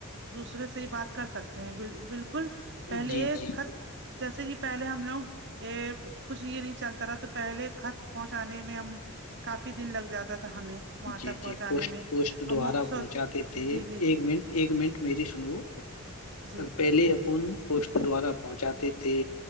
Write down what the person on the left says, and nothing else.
جی
جی
جی
جی
پوٹ
پوسٹ دوارا
پہنچاتے تھے
ایک منٹ ایک منٹ میری سنو
پہلے اپن پسٹ دوارا پہنچاتے تھے